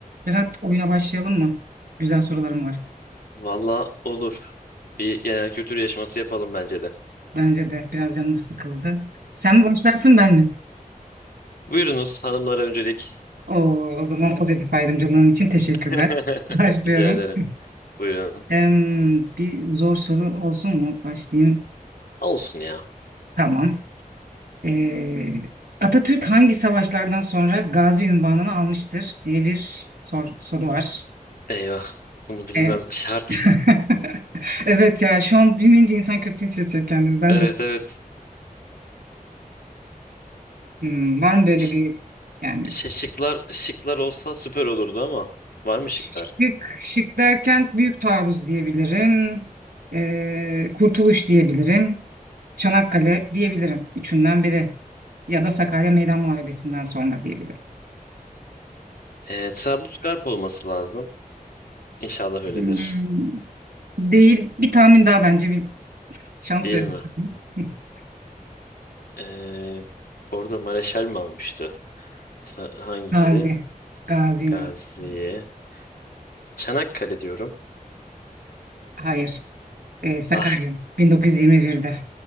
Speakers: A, on the right; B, on the left.
A: Berat oyuna başlayalım mı? Güzel sorularım var.
B: Valla olur. Bir genel kültür yarışması yapalım bence de.
A: Bence de biraz canım sıkıldı. Sen mi başlarsın ben mi?
B: Buyurunuz hanımlara öncelik.
A: Oo, o zaman pozitif ayrımcılığın için teşekkürler.
B: <laughs>
A: <laughs> Başlıyorum.
B: Rica ederim. Buyurun.
A: Em, bir zor soru olsun mu? Başlayayım.
B: Olsun ya.
A: Tamam. Ee, Atatürk hangi savaşlardan sonra Gazi unvanını almıştır diye bir sor- soru var.
B: Eyvah. Bunu bilmem
A: Ee,
B: <laughs> şart.
A: <laughs> evet ya şu an bilmeyince insan kötü hissediyor kendini. Ben
B: Evet
A: de
B: evet.
A: Hmm, var mı böyle
B: Ş-
A: bir yani
B: şey, şıklar, şıklar olsa süper olurdu ama var mı şıklar?
A: Şık, şık derken Büyük Taarruz diyebilirim. Ee, Kurtuluş diyebilirim. Çanakkale diyebilirim. Üçünden biri. Ya da Sakarya Meydan Muharebesi'nden sonra diyebilirim.
B: Ee, Trablusgarp olması lazım. İnşallah öyledir.
A: Hmm. Hmm, değil. Bir tahmin daha bence bir şans
B: Değil
A: verin.
B: mi?
A: <laughs>
B: Ee, orada Mareşal mi almıştı? Tra- hangisi?
A: Gazi. Gazi
B: Gazi'ye.
A: Üniversitesi.
B: Çanakkale diyorum.
A: Hayır. Ee, Sakarya.
B: Ah
A: 1921'de.